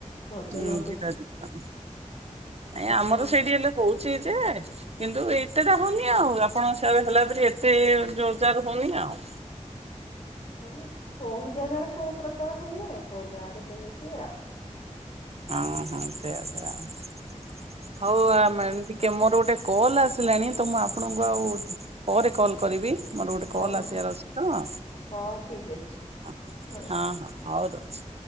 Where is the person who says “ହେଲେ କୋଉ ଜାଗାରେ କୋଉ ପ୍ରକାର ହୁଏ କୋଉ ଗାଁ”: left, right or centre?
Left